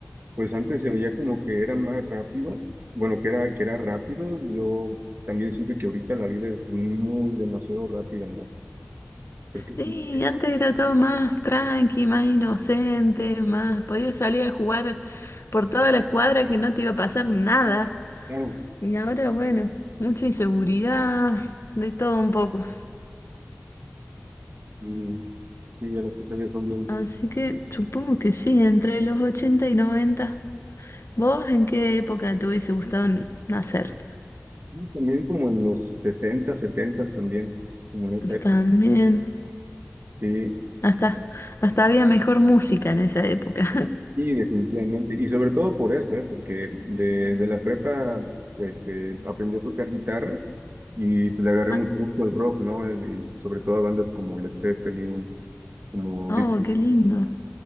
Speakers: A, on the right; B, on the left.
A: Pues antes se veía como que era más rápido, bueno, que era, que era rápido, yo también siento que ahorita la vida es muy demasiado rápida, ¿no? Porque,
B: Sí,
A: sí, eh,
B: antes era todo más tranqui, más inocente, más podías salir a jugar por toda la cuadra que no te iba a pasar nada.
A: claro,
B: Y ahora, bueno, mucha inseguridad, de todo un poco.
A: y, y las cosas ya son bien,
B: Así
A: sí,
B: que supongo que sí, entre los ochenta y noventa ¿Vos en qué época te hubiese gustado n- nacer?
A: y también como en los 60, 70 también, como en esa época,
B: También,
A: sí,
B: hasta, hasta había mejor música en esa época. <laughs>
A: y definitivamente, y sobre todo por eso, ¿eh? Porque de, de la prepa, pues, eh, aprendí a tocar guitarra y pues, le agarré
B: Ah,
A: mucho gusto al rock, ¿no? Eh, Y sobre todo a bandas como Led Zeppelin, como
B: Oh,
A: Deep
B: qué lindo.